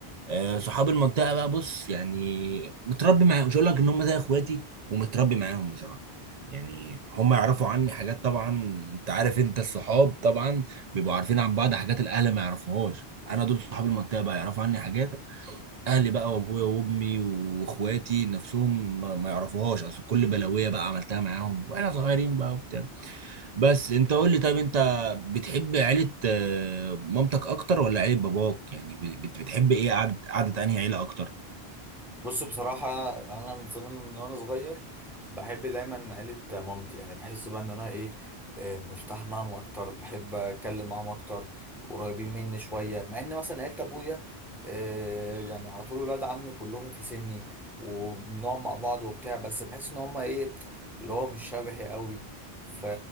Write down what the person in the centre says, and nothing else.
بص بصراحة أنا من زمان من وأنا صغير بحب دايما عيلة مامتي يعني بحس بقى إن أنا إيه آه، مرتاح معاهم أكتر بحب أتكلم معاهم أكتر قريبين مني شوية مع إن مثلا عيلة أبويا آه، يعني على طول ولاد عمي كلهم في سني وبنقعد مع بعض وبتاع بس بحس إن هما إيه اللي هو مش شبهي قوي ف...